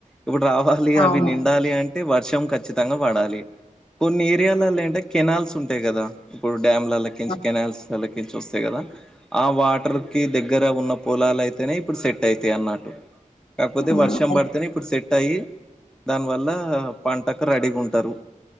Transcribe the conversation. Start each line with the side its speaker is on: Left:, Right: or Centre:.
Centre: ఇప్పుడు రా వాలి
Left: అవును
Centre: అవి నిండాలి
Left: అవును
Centre: అంటే వర్షం కచ్చితంగా పడాలి కొన్ని ఏరియాలలో ఏంటే కేనాల్స్ ఉంటాయి కదా ఇప్పుడు డ్యామ్లల
Left: అవును
Centre: కేలించి కెనాల్స్ కేళ్లకించి వస్తాయి కదా ఆ వాటర్ కి దగ్గర ఉన్న పొలాలు అయితేనే ఇప్పుడు సెట్ అయితాయి అన్నట్టు కాకపోతే
Left: ఆ
Centre: వర్షం పడితేనే ఇప్పుడు సెట్ అయి దాని వల్ల పంటకు రెడీగా ఉంటారు